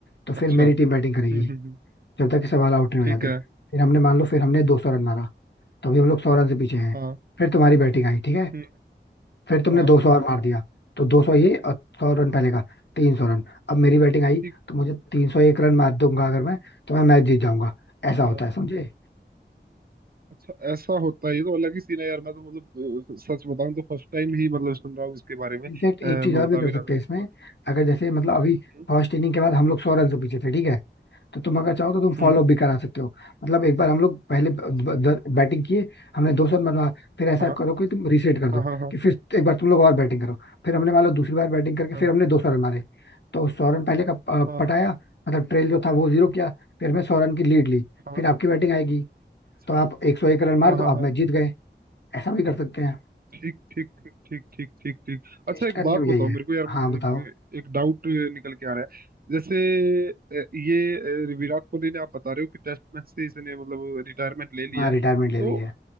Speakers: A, on the left (about 70°); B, on the right (about 55°).
A: तो फिर
B: अच्छा
A: मेरी टीम बैटिंग
B: हम्म
A: करेगी
B: हम्म हम्म,
A: जब तक कि सब ऑल आउट नहीं हो
B: ठीक
A: जाते
B: है
A: फिर हमने मान लो फिर हमने दो सौ रन मारा तो अभी हम लोग सौ रन से पीछे हैं
B: हाँ
A: फिर तुम्हारी बैटिंग आई ठीक है
B: हम्म
A: फिर तुमने
B: हाँ
A: दो सौ और मार दिया तो दो सौ ये और सौ रन पहले का तीन सौ रन अब मेरी बैटिंग आई
B: ठीक
A: तो मुझे तीन सौ एक रन मार दूंगा अगर मैं तो मैं मैच जीत जाऊंगा ऐसा होता
B: हाँ
A: है समझे
B: अच्छा ऐसा होता है ये तो अलग ही सीन है यार मैं तो मतलब अ, सच बताऊं तो फर्स्ट टाइम ही मतलब सुन रहा हूँ इसके बारे में
A: इनफेक्ट
B: अ,
A: एक
B: मैं
A: चीज और
B: बता
A: भी कर
B: भी रहा
A: सकते
B: था
A: हैं
B: मेरे
A: इसमें
B: को
A: अगर जैसे मतलब अभी
B: हम्म
A: फर्स्ट इनिंग के बाद हम लोग सौ रन से पीछे थे ठीक है तो तुम अगर चाहो तो तुम फॉलो
B: हम्म,
A: भी करा सकते हो मतलब एक बार हम लोग पहले
B: अच्छा
A: बैटिंग किए हमने दो सौ रन बनवा फिर ऐसा
B: हाँ
A: करो कि तुम रीसेट कर दो
B: हाँ हाँ हाँ
A: कि फिर एक बार तुम लोग और बैटिंग करो फिर हमने मान लो दूसरी बार बैटिंग करके फिर
B: हाँ
A: हमने दो सौ रन मारे तो सौ रन पहले का अ,
B: हाँ
A: पटाया मतलब ट्रेल जो था वो जीरो किया फिर हमने सौ रन की लीड ली
B: हाँ
A: फिर आपकी बैटिंग आएगी
B: अच्छा
A: तो आप एक सौ एक रन मार
B: हाँ
A: दो
B: हाँ
A: आप
B: हाँ
A: मैच जीत गए ऐसा भी कर सकते हैं
B: ठीक ठीक ठीक ठीक ठीक ठीक ठीक
A: टेस्ट
B: अच्छा एक
A: का नियम
B: बात बताओ
A: यही है
B: मेरे को यार
A: हाँ
B: मैं
A: बताओ
B: एक एक डाउट निकल के आ रहा है जैसे अ, ये अ, विराट कोहली ने आप बता रहे हो कि टेस्ट मैच से इसने मतलब रिटायरमेंट ले लिया
A: हाँ रिटायरमेंट ले
B: तो
A: ली है